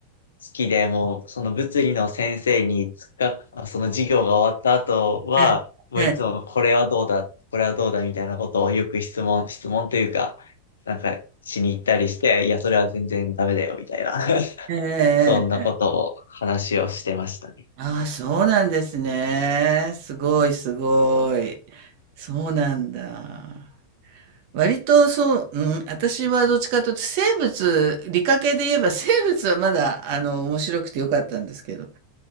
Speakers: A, on the left; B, on the right.
A: 好きで、もうその物理の先生につか、あその授業が終わった後は、
B: え
A: もういつもこれはどうだ、
B: え、
A: これはどうだみたいなことをよく質問、質問というか、なんかしに行ったりして、いや、それは全然ダメだよ、みたいな。<laughs>
B: ええ、ええええええええええ
A: そんなことを話をしてましたね。
B: ああ、そうなんですね。すごいすごい。そうなんだ。割とそう、うん、私はどっちかというと生物、理科系で言えば生物はまだ、あの、面白くて良かったんですけど、やっ